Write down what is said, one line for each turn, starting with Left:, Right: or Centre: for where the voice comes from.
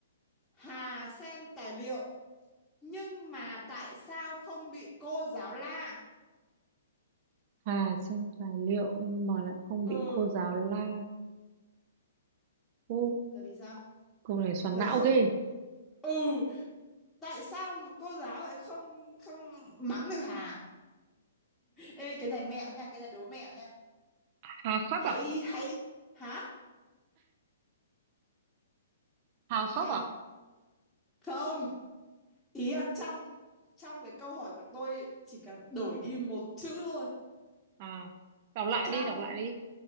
Centre: Hà xem tài liệu nhưng mà tại sao không bị cô giáo la
Right: Hà xem tài liệu nhưng mà lại không
Centre: ừ
Right: bị cô giáo la. Ô,
Centre: là vì sao
Right: câu này xoắn
Centre: là
Right: não
Centre: không
Right: ghê.
Centre: ừ tại sao mà cô giáo lại không không mắng được Hà ê cái này mẹo nha cái này đố mẹo nha
Right: Hà khắc
Centre: hãy
Right: à
Centre: hãy hả
Right: Hà
Centre: vì
Right: khắc
Centre: sao
Right: à
Centre: không ý là trong trong cái câu hỏi của tôi chỉ cần đổi đi một chữ thôi
Right: à đọc lại
Centre: trong
Right: đi đọc lại đi